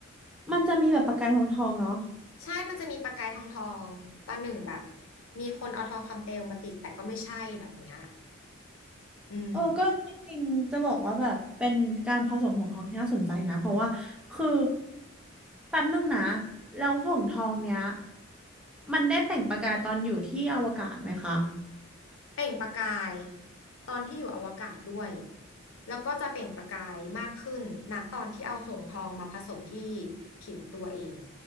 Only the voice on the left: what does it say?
ใช่มันจะมีประกายทองทองประหนึ่งแบบมีคนเอาทองคำเปลวมาติดแต่ก็ไม่ใช่แบบเนี้ยอืม
เปล่งประกายตอนที่อยู่อวกาศด้วยแล้วก็จะเปล่งประกายมากขึ้นณตอนที่เอาหงส์ทองมาผสมที่ผิวตัวเอง